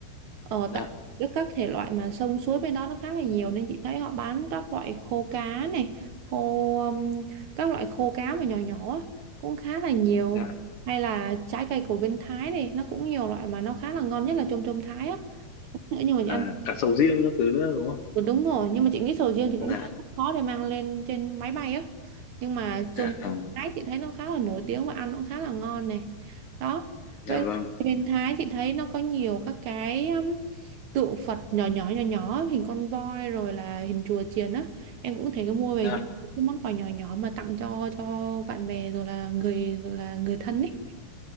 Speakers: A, on the right (about 70°); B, on the left (about 60°).
A: Ờ,
B: dạ
A: tại các các thể loại mà sông suối bên đó nó khá là nhiều nên chị thấy họ bán các loại khô cá này, khô um, các loại khô cá mà nhỏ nhỏ á cũng khá là nhiều.
B: dạ
A: Hay là trái cây của bên Thái này nó cũng nhiều loại mà nó khá là ngon nhất là chôm chôm Thái á. Nữa nhưng mà chị
B: à
A: ăn
B: cả sầu riêng các thứ nữa đúng không
A: Ừ, đúng rồi nhưng mà chị nghĩ sầu riêng thì cũng
B: dạ
A: không khó để mang lên trên máy bay á nhưng mà trong
B: dạ À.
A: Thái chị thấy nó khá là nổi tiếng và ăn cũng khá là ngon này đó
B: Dạ
A: với lại
B: vâng,
A: bên Thái chị thấy nó có nhiều các cái um, tượng Phật nhỏ nhỏ nhỏ nhỏ hình con voi rồi là hình chùa chiền á em cũng thể mua về
B: dạ,
A: những cái món quà nhỏ nhỏ mà tặng cho cho bạn bè rồi là người rồi là người thân ấy